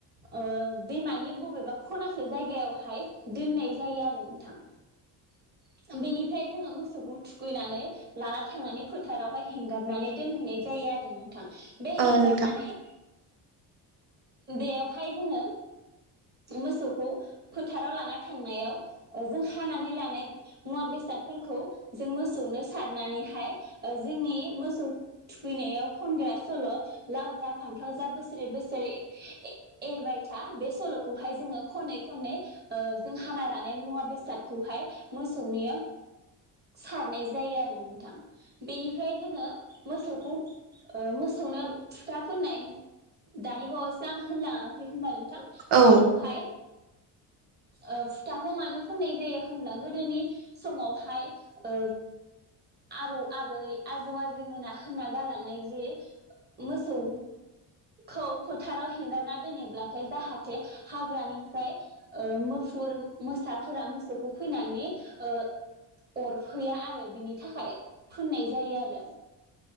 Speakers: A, on the right; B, on the right.
A: ओ दैमानि बबेबा खनासे जायगायावहाय दोननाय जायो आरो नोंथां बेनिफ्राय जोङो मोसौखौ थुखैनानै लाना थांनानै फोथारावहाय हेंगारनानै दोनहैनाय जायो आरो नोंथां। बे हेंगारनानै
B: ओ नोंथां
A: बेवहाय जोंङो मोसौखौ फोथाराव लाना थांनायाव जों हानानै लानाय मुवा बेसाद फोरखौ जों मोसौनो सारनानैहाय ओ जोंनि मोसौ थुखैनायाव खनग्रा सल' लाव जा फान्थाव जा बोसोरे बोसोरे एरबाय था बे सल' खौहाय जोङो खनै खनै ओ जों हाना लानाय मुवा बेसादखौहाय मोसौनिया सारनाय जायो आरो नोंथां बेनिफ्राय जोङो मोसौखौ ओ मोसौनो फुथा फोननाय दानि बावैसो आं होनलाङाखै होनबा नोंथां
B: औ
A: बेखौहाय ओ फुथाखौ मानो फुननाय जायो होनब्ला गोदोनि समावहाय ओ आबौ आबै आजौ आजैमोना होनना गालांनाय जे मोसौखौ फोथाराव हेंगारना दोनोब्लाथाय जाहाथ जाहाथे हाग्रानिफ्राय ओ मुफुर मोसाफोरा मोसौखौ फैनानै ओ अरफैया आरो बिनि थाखाय फोननाय जायो आरो।